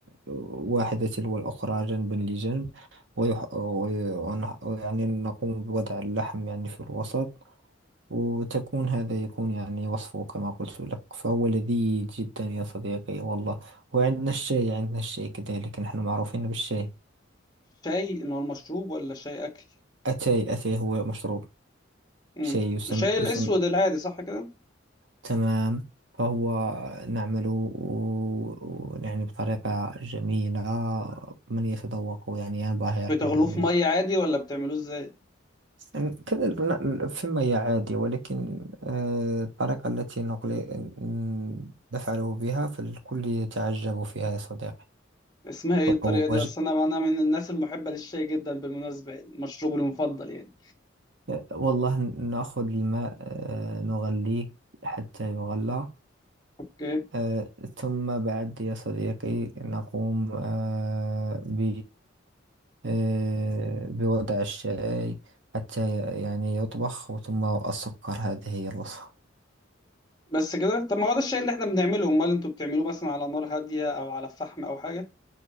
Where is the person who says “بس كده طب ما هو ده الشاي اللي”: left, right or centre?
Left